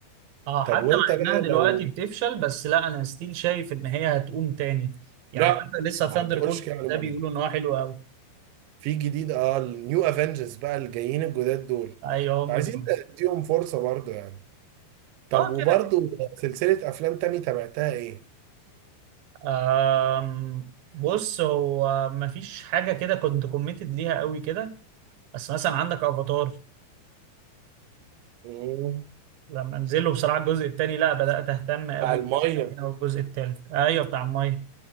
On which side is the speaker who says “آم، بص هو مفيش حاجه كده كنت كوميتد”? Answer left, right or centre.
Right